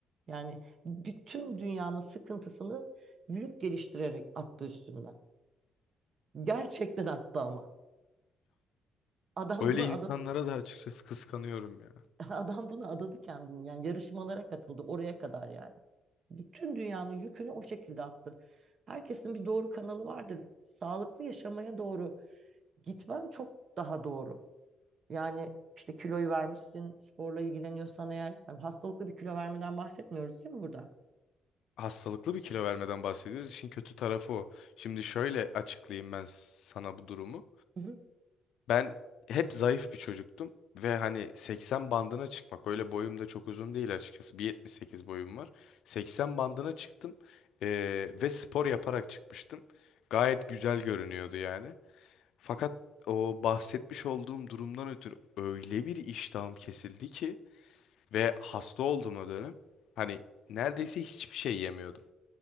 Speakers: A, on the right (about 50°); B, on the left (about 75°).
A: Yani bütün dünyanın sıkıntısını vücut geliştirerek attı üstünden. Gerçekten attı ama. Adam
B: Öyle
A: buna
B: insanlara
A: ada
B: da açıkçası kıskanıyorum ya.
A: <laughs> Adam buna adadı kendini yani yarışmalara katıldı oraya kadar yani. Bütün dünyanın yükünü o şekilde attı. Herkesin bir doğru kanalı vardır. Sağlıklı yaşamaya doğru gitmen çok daha doğru. Yani işte kiloyu vermişsin, sporla ilgileniyorsan eğer, yani hastalıklı bir kilo vermeden bahsetmiyoruz değil mi burada?
B: Hastalıklı bir kilo vermeden bahsediyoruz. İşin kötü tarafı o. Şimdi şöyle açıklayayım ben sana bu durumu.
A: Hı hı.
B: Ben hep zayıf bir çocuktum ve hani 80 bandına çıkmak öyle boyum da çok uzun değil açıkçası. 1.78 boyum var. 80 bandına çıktım eee, ve spor yaparak çıkmıştım. Gayet güzel görünüyordu yani. Fakat o bahsetmiş olduğum durumdan ötürü öyle bir iştahım kesildi ki ve hasta oldum o dönem. Hani neredeyse hiçbir şey yemiyordum.